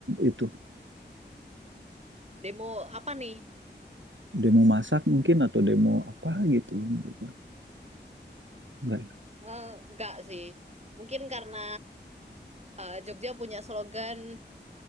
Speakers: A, on the right; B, on the right.
A: itu.
B: Demo apa nih?
A: Demo masak mungkin atau demo apa gitu loh mereka. Nggak ya?
B: Eh, Nggak sih. Mungkin karena eh, Jogja punya slogan